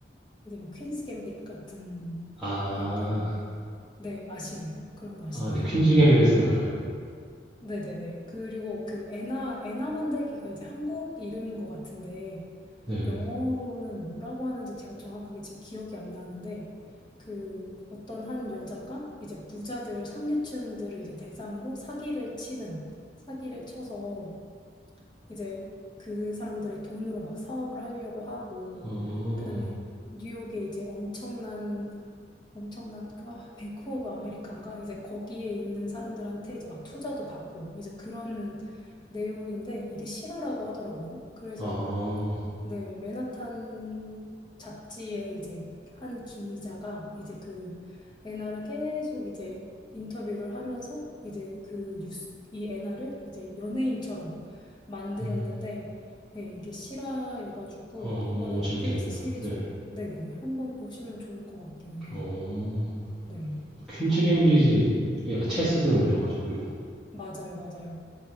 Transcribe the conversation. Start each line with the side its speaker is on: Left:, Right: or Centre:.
Left: 이제 뭐 퀸스 갬빗 같은,
Centre: 아.
Left: 약간, 네, 아시나요? 그런 거 아시나요?
Centre: 아, 네. 퀸즈 gambit은 알아요.
Left: 네네네. 그리고 그 애나, 애나 만들기가 이제 한국 이름인 것 같은데,
Centre: 네, 네.
Left: 영어로는 뭐라고 하는지 제가 정확하게 지금 기억이 안 나는데 그 어떤 한 여자가 이제 부자들 상류층들을 이제 대상으로 사기를 치는 사기를 쳐서 이제 그 사람들의 돈으로 막 사업을 하려고 하고
Centre: 어.
Left: 그다음에 뉴욕에 이제 엄청난 엄청난 아, 뱅크 오브 아메리칸가 이제 거기에 있는 사람들한테 이제 막 투자도 받고 이제 그런 내용인데 이게 실화라고 하더라고요. 그래서
Centre: 아.
Left: 네, 맨하탄 잡지에 이제 한 기자가 이제 그 애나를 계속 이제 인터뷰를 하면서 이제 그 뉴스, 이 애나를 이제 연예인처럼 만들었는데,
Centre: 음.
Left: 네, 이게 실화여가지고
Centre: 어,
Left: 이번에
Centre: 어,
Left: 넷플릭스
Centre: 재밌겠네요.
Left: 시리즈로,
Centre: 네.
Left: 네네네, 한번 보시면 좋을 것 같기는 해요.
Centre: 어.
Left: 네,
Centre: 퀸즈 갬빗이 약간 체스 두는 영화죠. 그리고
Left: 맞아요, 맞아요,